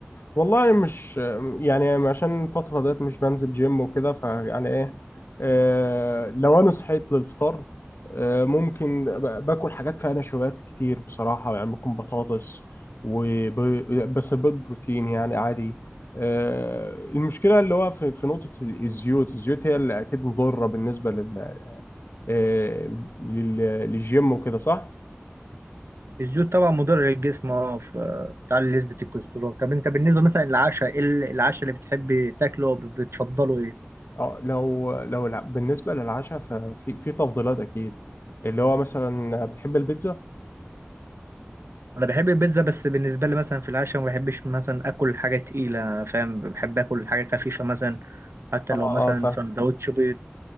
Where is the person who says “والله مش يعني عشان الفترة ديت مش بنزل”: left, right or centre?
Left